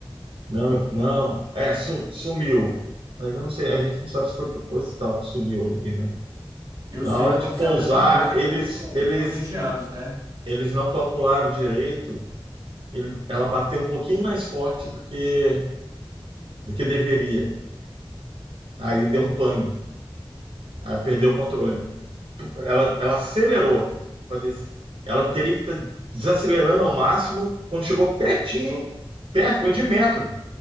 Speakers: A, on the right; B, on the right.
A: Não, não. É, su, sumiu. Mas eu não sei, a gente não sabe se foi proposital que sumiu ali, né?
B: Eu
A: Na
B: sei
A: hora
B: que aconteceu
A: de pousar,
B: a mesma coisa
A: eles,
B: com,
A: eles,
B: com os indianos, né?
A: eles não calcularam direito. Ele, ela bateu um pouquinho mais forte do que, do que deveria. Aí deu um pane. Aí perdeu o controle. Ela, ela acelerou. pra des- Ela teria que estar desacelerando ao máximo. Quando chegou pertinho, perto, coisa de metro,